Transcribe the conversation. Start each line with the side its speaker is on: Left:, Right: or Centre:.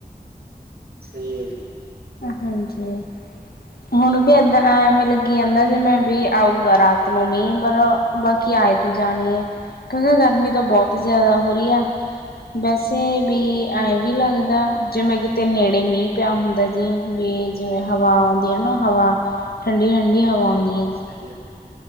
Right: ਸਹੀ ਹੈ ਜੀ?
Left: ਹਾਂਜੀ। ਹੁਣ ਵੀ ਏਦਾਂ, ਐਵੇਂ ਲੱਗੀ ਜਾਂਦਾ, ਜਿਵੇ ਮੀਂਹ ਆਊਗਾ ਰਾਤ ਨੂੰ ਮੀਂਹ ਪਰ ਬਾਕੀ, ਆਏ ਤੂੰ ਜਾਣੀਏ, ਕਿਉਂਕਿ, ਗਰਮੀ ਤਾਂ ਬਹੁਤ ਜਿਆਦਾ ਹੋ ਰਹੀ ਹੈ। ਵੈਸੇ ਵੀ, ਐਵੇਂ ਵੀ ਲੱਗਦਾ, ਜਿਵੇਂ ਕਿਤੇ ਨੇੜੇ ਮੀਂਹ, ਪਿਆ ਹੁੰਦਾ। ਜ ਵੀ ਜਿਵੇਂ ਬੀਜ
Right: ਹਮ
Left: ਹਵਾ, ਆਉਂਦੀ ਹੈ ਨਾ ਹਵਾ, ਠੰਡੀ ਠੰਡੀ ਹਵਾ ਆਉਂਦੀ ਆ।
Right: ਸਹੀ ਹੈ।